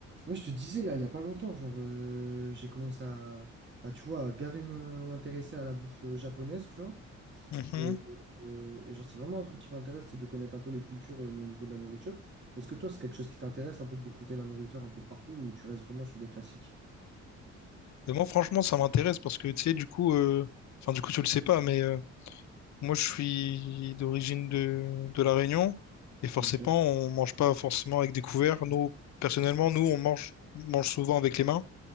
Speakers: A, on the right; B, on the left.
A: Ouais, je te disais là, il y a pas longtemps, genre euh, j'ai commencé à, à, tu vois, à gaver me- m'intéresser à la bouffe euh, japonaise, tu vois.
B: Mhm.
A: Et, euh, euh, et genre c'est vraiment un truc qui m'intéresse, c'est de connaître un peu les cultures, euh, mais au niveau de la nourriture. Est-ce que toi, c'est quelque chose qui t'intéresse un peu de découvrir la nourriture un peu de partout ou tu restes vraiment sur des classiques?
B: Et moi, franchement, ça m'intéresse parce que, tu sais, du coup, euh, enfin, du coup, tu le sais pas, mais euh, moi, je suis d'origine de, de La Réunion et forcément,
A: Ok.
B: on mange pas forcément avec des couverts. Nous, personnellement, nous, on mange, on mange souvent avec les mains.